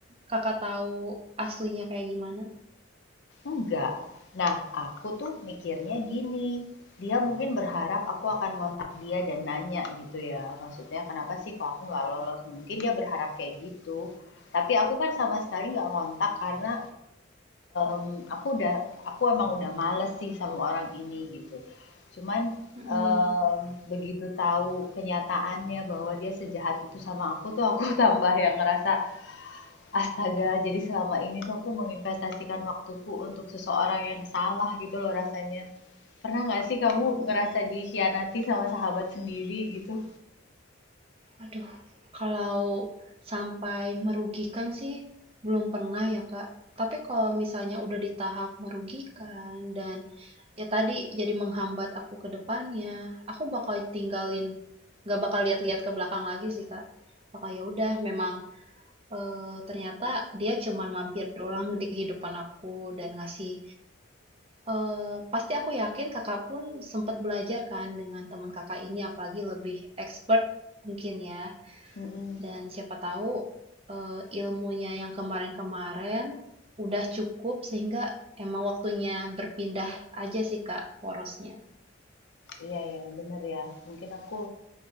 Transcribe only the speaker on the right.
kakak tahu aslinya kayak gimana.
Mm-mm.
mm-mm.
Aduh, kalau sampai merugikan sih belum pernah ya, Kak. Tapi kalau misalnya udah di tahap merugikan dan ya tadi jadi menghambat aku ke depannya, aku bakal tinggalin, gak bakal lihat-lihat ke belakang lagi sih, Kak. Bakal ya udah, memang eh, ternyata dia cuman mampir doang di kehidupan aku dan ngasih. eh, pasti aku yakin kakak pun sempat belajar kan dengan teman kakak ini, apalagi lebih expert mungkin ya.
Dan siapa tahu eh, ilmunya yang kemarin-kemarin udah cukup sehingga emang waktunya berpindah aja sih Kak porosnya.